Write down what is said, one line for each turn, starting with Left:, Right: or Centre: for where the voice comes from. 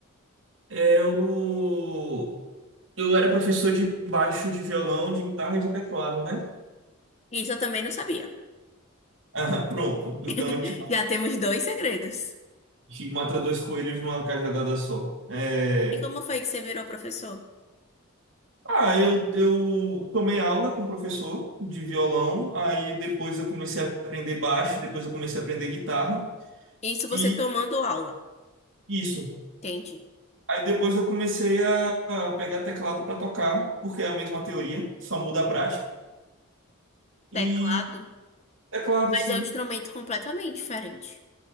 Right: Eu... Eu era professor de baixo, de violão, de guitarra e de teclado, né?
Left: Isso eu também não sabia.
Right: Ah, pronto. Então,
Left: <laughs>
Right: a gente
Left: Já temos dois segredos.
Right: a gente mata dois coelhos numa cajadada só. É...
Left: E como foi que você virou professor?
Right: Ah, eu, eu tomei aula com um professor de violão, aí depois eu comecei a aprender baixo, depois eu comecei a aprender guitarra,
Left: Isso você
Right: e
Left: tomando aula.
Right: isso.
Left: entende?
Right: Aí depois eu comecei a, a pegar teclado para tocar, porque é a mesma teoria, só muda a prática. E
Left: Teclado.
Right: teclado, sim.
Left: Mas é um instrumento completamente diferente.